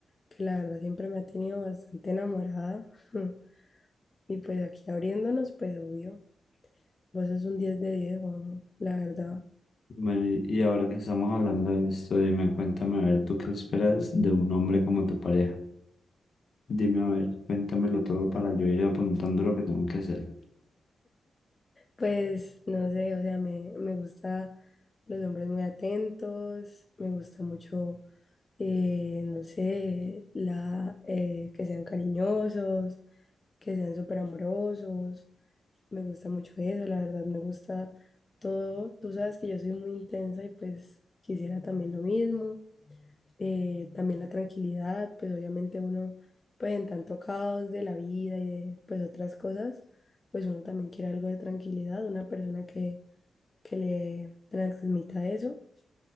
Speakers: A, on the left; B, on the left.
A: que la verdad siempre me ha tenido bastante enamorada. <laughs> Y pues aquí abriéndonos, pues obvio, vos sos un 10 de 10 Juanjo, la verdad.
B: Mari- Y ahora que estamos hablando de esto, dime, cuéntame, a ver, ¿tú qué esperas de un hombre como tu pareja? Dime, a ver, cuéntamelo todo para yo ir apuntando lo que tengo que hacer.
A: Pues no sé, o sea, me, me gusta los hombres muy atentos, me gusta mucho, eh, no sé, la, eh, que sean cariñosos, que sean súper amorosos, me gusta mucho eso, la verdad, me gusta todo. Tú sabes que yo soy muy intensa y pues quisiera también lo mismo. eh, también la tranquilidad, pues obviamente uno, pues en tanto caos de la vida y de pues otras cosas, pues uno también quiere algo de tranquilidad, una persona que, que le transmita eso.